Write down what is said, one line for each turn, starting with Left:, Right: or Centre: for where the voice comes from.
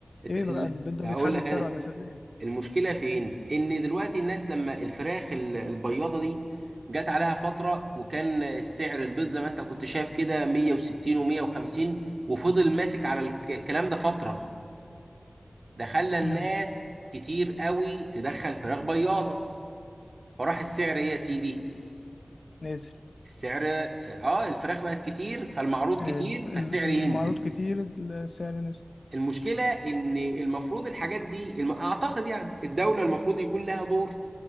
Right: إت-
Left: إيه بقى
Right: ال-
Left: البيض ده
Right: هقول
Left: بيتحدد
Right: لك
Left: سعره
Right: انا
Left: على أساس إيه؟
Right: المشكله فين ان دلوقتي الناس لما الفراخ ال- البياضه دي جت عليها فتره وكان السعر البيض زي ما انت كنت شايف كده 160 و150 وفضل ماسك على الك- الكلام ده فتره ده خلى الناس
Left: امم
Right: كتير قوي تدخل فراخ بياضه فراح السعر ايه يا سيدي
Left: نازل
Right: السعر اه آه، الفراخ بقت كتير فالمعروض
Left: ال-
Right: كتير
Left: ال-
Right: فالسعر
Left: المعروض
Right: ينزل
Left: كتير السعر نزل
Right: المشكلة إن المفروض الحاجات دي الم... أعتقد يعني الدولة المفروض يكون لها دور